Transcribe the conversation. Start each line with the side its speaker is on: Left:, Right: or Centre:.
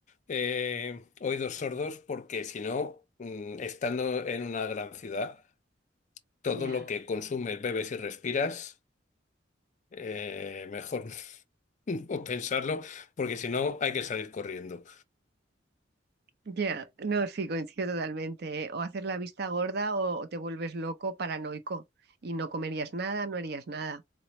Left: eh, oídos sordos, porque si no, mm, estando en una gran ciudad, todo
Right: ya,
Left: lo que consumes, bebes y respiras, eh, mejor <laughs> o pensarlo, porque si no hay que salir corriendo.
Right: ya. No, sí, coincido totalmente. ¿eh? O haces la vista gorda o te vuelves loco, paranoico, y no comerías nada, no harías nada.